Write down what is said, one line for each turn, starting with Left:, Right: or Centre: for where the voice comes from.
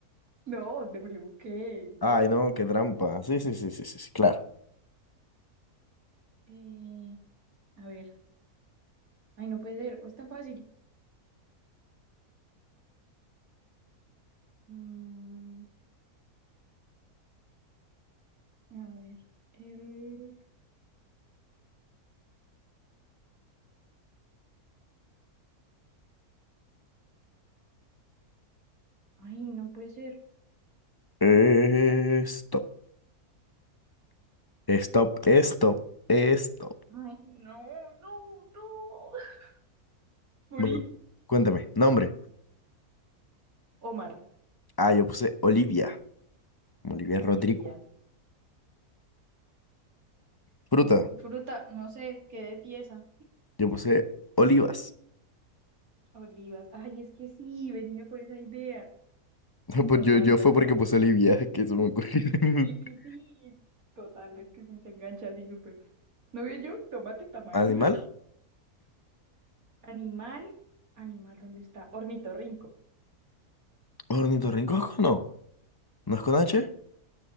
Right: no, W, ¿qué?
Left: Ay,
Right: O.
Left: no, qué trampa. Sí, sí, sí, sí, sí, sí, claro.
Right: Eh, a ver. Ay, no puede ser. O es tan fácil. Mm, a ver. El. Ay, no puede ser.
Left: Eh, Stop, stop, stop, stop.
Right: Ay, no, no, no. <laughs> Morí.
Left: Bueno, cuéntame, nombre.
Right: Omar.
Left: Ah, yo puse Olivia, Olivia
Right: Olivia.
Left: Rodrigo. Fruta,
Right: Fruta, no sé, quedé tiesa.
Left: yo puse olivas.
Right: Olivas. Ay, es que sí, venía por esa idea.
Left: <laughs> Pues
Right: Total,
Left: yo, yo
Right: ya
Left: fue
Right: vaya
Left: porque puse
Right: toda
Left: Olivia,
Right: la línea.
Left: <laughs> que se me ocurrió.
Right: Sí,
Left: <laughs>
Right: sí, sí. Total, es que sí se engancha así súper. ¿No veo yo? Tomate tamarindo.
Left: ¿Animal?
Right: <laughs> Animal, animal, ¿dónde está? Ornitorrinco.
Left: ¿Ornitorrinco es con O? ¿No es con H?